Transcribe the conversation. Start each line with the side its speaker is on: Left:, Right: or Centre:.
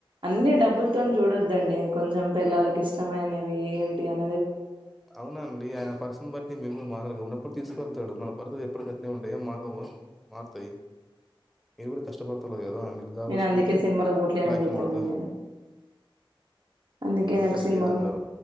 Right: అన్ని డబ్బులతోన్ చూడొద్దండి కొంచెం పెల్లాలకు ఇష్టమైనవి ఏంటి అన్
Centre: అవునండి ఆయన పర్సన్ బట్టి మీరు గూడా మారలుగా ఉన్న ప్పుడు తీసుకువెళ్తాడు మన <unintelligible> ఎప్పుడు గట్నే ఉండయా మారవ మారుతాయి మీరు గుడా కష్టపడతలే గదా మీకు జాబ్
Right: నేను
Centre: వచ్చిందంటే
Right: అందుకే సినిమాలకు పోట్లేనని
Centre: లైఫ్
Right: చెప్పానండి
Centre: మారుత
Right: అందుకే
Centre: మీకు ఇంట్రెస్ట్
Right: నాకు సినిమాలు
Centre: లేదన్నారు